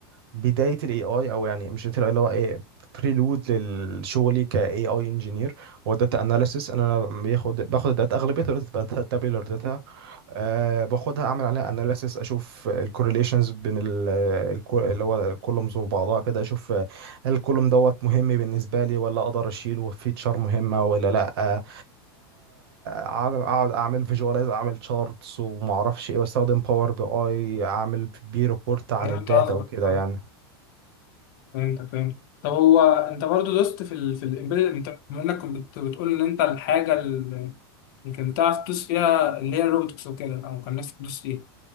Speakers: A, on the right (about 75°); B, on the left (about 60°).
A: بدايه الاي اي او يعني مش بداية ال AI اللي هو ايه بريلود لشغلي كاي اي انجينير هو داتا اناليسيس انا بياخد باخد الداتا اغلبيه الداتا بتبقى تابيولار داتا أه باخدها اعمل عليها اناليسيس اشوف الكورليشنز بين ال الكو- اللي هو الكولومز وبعضها كده اشوف آه، هل الكولوم دوت مهم بالنسبه لي ولا اقدر اشيله فيتشر مهمه ولا لا آه، اقعد أقعد اعمل فيجواليز اعمل تشارتس وما اعرفش ايه واستخدم باور بي اي اعمل بي ريبورت عن
B: فهمت
A: الداتا
B: قصدك
A: وكده
B: آه.
A: يعني
B: فهمت فهمت طب هو انت برضو دوست في ال في الامبيدد انت بما انك كنت بت- بتقول ان انت الحاجه اللي اللي كنت تعرف تدوس فيها اللي هي الروبوتكس وكده او كان نفسك تدوس فيها